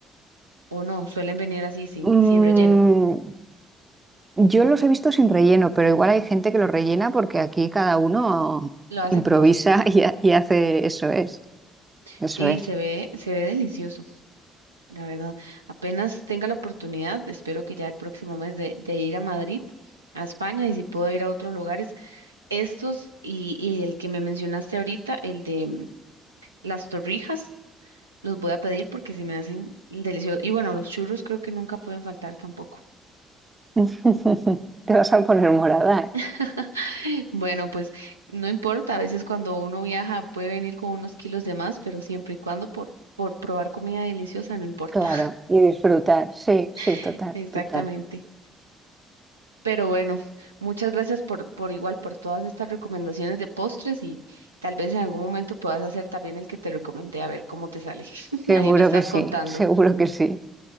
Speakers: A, on the right; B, on the right.
A: O no, suelen venir así sin,
B: Mm,
A: sin relleno.
B: yo los he visto sin relleno, pero igual hay gente que los rellena porque aquí cada uno
A: Lo hace
B: improvisa
A: como a su gusto.
B: <laughs> y, ha- y hace eso es, eso
A: Sí,
B: es.
A: se ve, se ve delicioso. La verdad, apenas tenga la oportunidad, espero que ya el próximo mes de, de ir a Madrid, a España, y si puedo ir a otros lugares, estos y, y el que me mencionaste ahorita, el de mm, las torrijas, los voy a pedir porque se me hacen deliciosos. Y bueno, los churros creo que nunca pueden faltar tampoco.
B: <laughs> Te vas a poner morada, ¿eh?
A: <laughs> Bueno, pues no importa, a veces cuando uno viaja puede venir con unos kilos de más, pero siempre y cuando por, por probar comida deliciosa, no importa.
B: Claro, y disfrutar. Sí, sí,
A: <laughs>
B: total,
A: Exactamente.
B: total.
A: Pero bueno, muchas gracias por, por igual, por todas estas recomendaciones de postres y tal vez en algún momento puedas hacer también el que te recomendé a ver cómo te sale. <laughs>
B: Seguro
A: Ahí me estás
B: que
A: contando.
B: sí, seguro que sí.